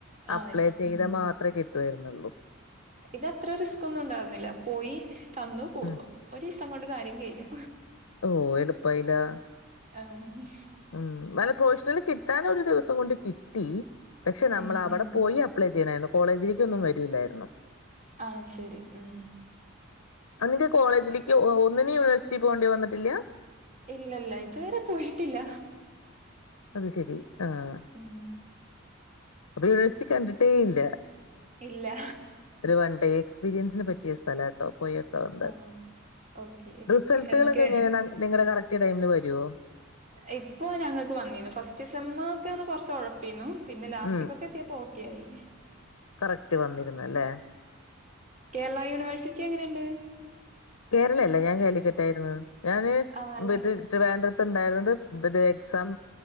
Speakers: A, on the right (about 35°); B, on the left (about 80°).
A: ആഹ്
B: അപ്ലൈ
A: വെച്ച്
B: ചെയ്താ
A: ഉം
B: മാത്രേ കിട് ട്ടുവാരുന്നുള്ളൂ
A: ഇതത്ര റിസ്ക് ഒന്നും ഉണ്ടായിരുന്നില്ല പോയി തന്നു പോന്നു
B: ഉം.
A: ഒരീസം കൊണ്ട് കാര്യം കഴിഞ്ഞു
B: ഓഹ് എളുപ്പായീലാ
A: ആഹ്
B: ഉം വല പ്രൊവ്ഷനൽ കിട്ടാന ഒരു ദിവസം കൊണ്ട് കിട്ടി പക്ഷെ നമ്മളവിടെ
A: ഉം ഉം
B: പോയി അപ്ലൈ ചെയ്യണായിരുന്നു കോളേജിലേക്കൊന്നും വരൂല്ലായിരുന്നു
A: ആഹ് ശരി ഉം
B: ആഹ് നിങ്ങക്ക് കോളേജിലേക്ക് ഒന്നിനും യൂണ്വേഴ്സിറ്റി പോകേണ്ടി വന്നിട്ടില്ല
A: ഇല്ലല്ല ഇതുവരെ പോയിട്ടില്ല
B: അത് ശരി ആഹ്
A: ഉം
B: അപ്പോ യൂണിവേഴ്സിറ്റി കണ്ടിട്ടേ ഇല്ല
A: ഇല്ല
B: ഒരു വൺഡേ എക്സ്പീരിയൻസ്ന് പറ്റിയ സ്ഥലാ പോയോക്കാവുന്നെ
A: ആഹ് ഓക്കെ
B: റിസൾട്കളൊക്കെ
A: എക്കെ
B: എങ്ങനെയാ ന നിങ്ങടെ കറക്റ്റ് ടൈമില് വരോ
A: ഇപ്പൊ ഞങ്ങക് വന്നിന്നു ഫസ്റ്റ്സമ്മ് ക്കെ ഒന്ന് കുറച്ഓയപിനു പിന്നെ ലാസ്റ്റിക്കൊക്കെ
B: ഉം
A: ഇപ്പോ ഒക്കെ ആയി
B: കറക്റ്റ് വന്നിരുന്നല്ലേ
A: കേരള യൂണിവേഴ്സി ക്കെ എങ്ങനേണ്ട്
B: കേരള അല്ല ഞാൻ കാലിക്കറ്റായിരുന്നു ഞാന്
A: ആഹ് അല്ല
B: ട്രിവാണ്ട്രത്ണ്ടായിരുന്നത് എക്സാം